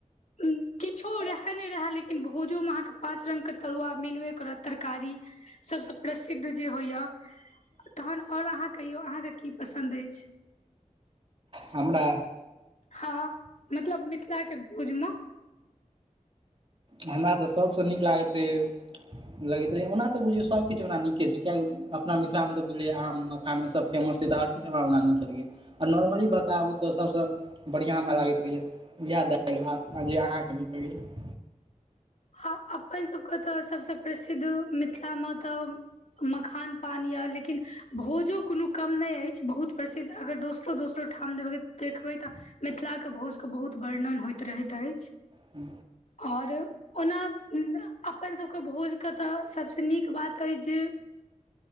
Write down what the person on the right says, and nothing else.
हमरा
हमरा तऽ सभ सँ नीक लागैत रहै लगैत रहै ओना तऽ बुझियौ सभ कछु ओना नीके छै। किएकि अपना मिथिला में तऽ बुझलियै आम मखान ई सभ फेमस छै। तऽ हर चीज हमरा नीक लगैए आ नॉर्मली बताबू तऽ सभ सँ बढ़िया हमरा लागैत रहैया इएह दायल भात जे अहाँके नीक लगैया
हा